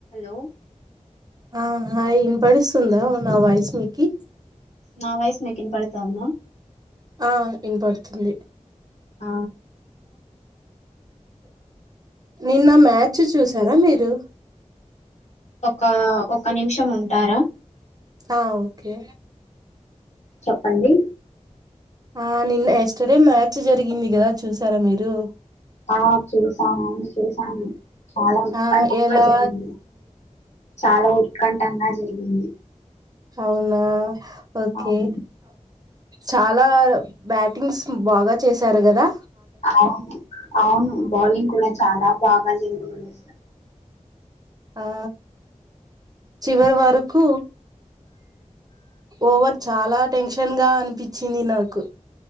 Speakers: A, on the left; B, on the right.
A: హలో.
B: ఆ హాయ్ వినపడిస్తుందా నా వాయిస్ మీకి.
A: నా వాయిస్ మీకు వినపడుతందా.
B: ఆ వినపడుతూంది.
A: ఆ.
B: నిన్న మ్యాచ్ చూసారా మీరు.
A: ఒకా ఒక నిమిషం ఉంటారా.
B: ఆ ఓకే.
A: చెప్పండి.
B: ఆ నిన్న ఎస్టర్ డే మ్యాచ్ జరిగింది గదా చూసారా మీరు.
A: ఆ చూసాము చూసాను. చాలా ఉత్కఠంగా
B: ఆ ఎలా
A: జరిగింది చాలా ఉత్కంఠంగా జరిగింది.
B: అవునా ఓకే.
A: అవును
B: చాలా బ్యాటింగ్స్ బాగా చేశారు గదా.
A: అవును అవును బౌలింగ్ కూడా. చాలా బాగా జరిగింది.
B: ఆ చివరి వరకు. ఓవర్ చాలా టెన్షన్ గా అనిపించింది నాకు.